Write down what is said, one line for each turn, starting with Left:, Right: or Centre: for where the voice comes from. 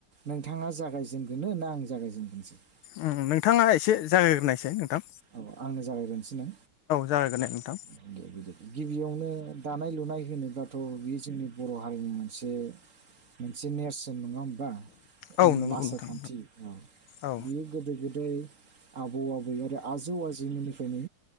Right: नोंथाङा जागायजेनगोरनो ना आं जागायजेनगोरसै ।
Left: उ-उ नोंथाङा एसे जागाय ग्रोनायसै नोंथां ।
Right: औ आंनो जागायगोरसै ना
Left: जागायग्रोनाय नोंथां
Right: ओ दे बिदिबा गिबियावनो दानाय लुनाय होनोबाथ' बेयो जोंनि बर' हारिनि मोनसे मोनसे नेरसोन नङा होनोमबा।
Left: औ
Right: निम
Left: नंगौ
Right: आसार
Left: नोंथां
Right: खान्थि
Left: औ
Right: बियो गोदो गोदाय आबौ आबौ आरो आजौ आजैमोननिफ्रायनो